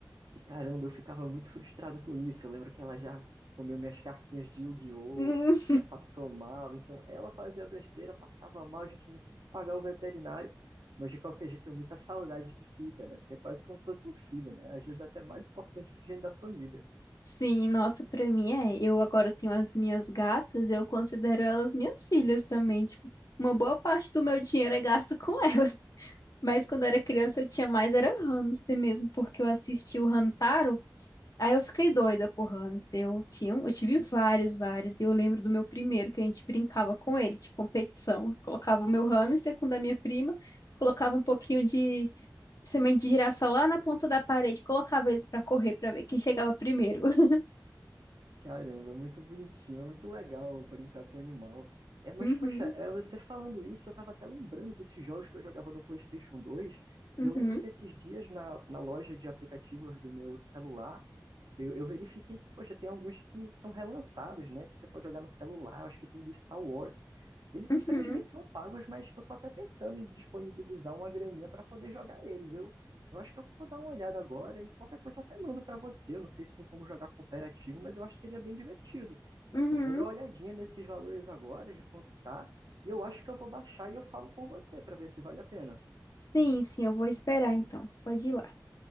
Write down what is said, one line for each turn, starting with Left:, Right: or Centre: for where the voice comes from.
Right: E caramba, eu ficava muito frustrado com isso. Eu lembro que ela já comeu minhas cartinhas de Yu-Gi-Oh!
Left: Hum,
Right: Já passou mal, então ela fazia besteira, passava mal, a gente ainda tinha que pagar o veterinário, mas de qualquer jeito é muita saudade que fica, né? Porque é quase como se fosse um filho, né? Às vezes é até mais importante que gente da família.
Left: Sim, nossa, pra mim é. Eu agora tenho as minhas gatas, eu considero elas minhas filhas também. Tipo, uma boa parte do meu dinheiro é gasto com <laughs> elas. Mas quando eu era criança eu tinha mais era hamster mesmo, porque eu assisti o Hantaro, aí eu fiquei doida por hamster. Eu tinha, um- eu tive vários, vários. E eu lembro do meu primeiro, que a gente brincava com ele de competição. Colocava o meu hamster com o da minha prima, colocava um pouquinho de semente de girassol lá na ponta da parede, colocava eles pra correr pra ver quem chegava primeiro. <laughs>
Right: Caramba, é muito bonitinho, é muito legal brincar com o animal. É, mas,
Left: Uhum.
Right: poxa, é, você falando isso, eu tava até lembrando desses jogos que eu jogava no PlayStation 2.
Left: Uhum,
Right: E eu lembro que esses dias, na, na loja de aplicativos do meu celular, eu, eu verifiquei que, poxa, tem alguns que são relançados, né? Que você pode jogar no celular, eu acho que tem do Star Wars. Eles,
Left: uhum,
Right: infelizmente, são pagos, mas eu tô até pensando em disponibilizar uma graninha para poder jogar eles. Eu acho que eu vou dar uma olhada agora e qualquer coisa eu até mando pra você. Eu não sei se tem como jogar cooperativo, mas eu acho que seria bem divertido.
Left: uhum.
Right: Eu vou dar uma olhadinha nesses valores agora, de quanto tá, e eu acho que eu vou baixar e eu falo com você pra ver se vale a pena.
Left: Sim, sim, eu vou esperar então. Pode ir lá.